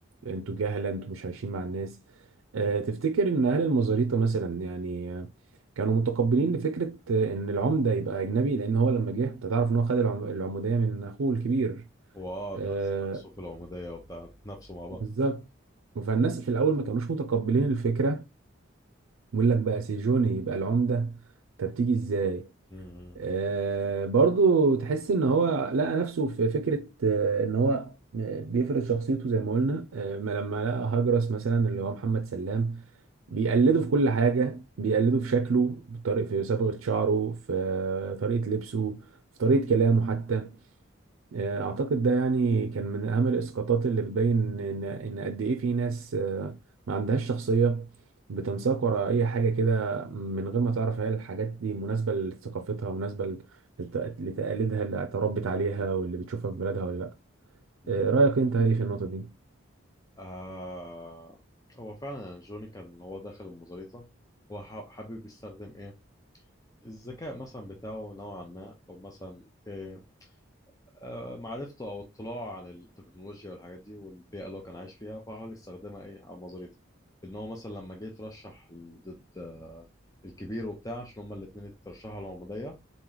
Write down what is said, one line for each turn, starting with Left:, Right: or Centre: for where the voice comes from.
Right: انتوا جهله انتوا مش عايشين مع الناس آه، تفتكر ان اهل المزاريطه مثلا يعني آه، كانوا متقبلين لفكره آه، ان العمده يبقى اجنبي لان هو لما جه انت تعرف ان هو خد العم- العموديه من اخوه الكبير
Left: هو اه
Right: آه،
Left: الناس نفسه في العمودية وبتاع نفسه مع بعض
Right: بالظبط فالناس في الاول ما كانوش متقبلين الفكره يقول لك بقى سيجوني يبقى العمده طب تيجي ازاي
Left: مم.
Right: آه، برضو تحس ان هو لقى نفسه في فكرة آه، ان هو م- بيفرض شخصيته زي ما قلنا آه، ما لما لقى هجرس مثلا اللي هو محمد سلام بيقلده في كل حاجة بيقلده في شكله بطريقة في صبغة شعره في آه، طريقة لبسه في طريقة كلامه حتى آه، اعتقد ده يعني كان من اهم الاسقاطات اللي بتبين ان ان قد ايه في ناس آه، ما عندهاش شخصيه بتنساق وراء اي حاجه كده من غير ما تعرف هل الحاجات دي مناسبه لثقافتها مناسبه لت- لتقاليدها اللي اتربت عليها واللي بتشوفها في بلدها ولا لا
Left: مم.
Right: آه، رايك انت ايه في النقطه دي
Left: آه هو فعلا يعني جوني كان هو داخل المزاريطة هو ح- حابب يستخدم ايه الذكاء مثلا بتاعه نوعا ما او مثلا ايه آه، معرفته او اطلاعه عن التكنولوجيا والحاجات دي والبيئه اللي هو كان عايش فيها فحاول يستخدمها ايه على مزاريته ان هو مثلا لما جه يترشح ضد آه، الكبير وبتاع عشان هما الاثنين اترشحوا العموديه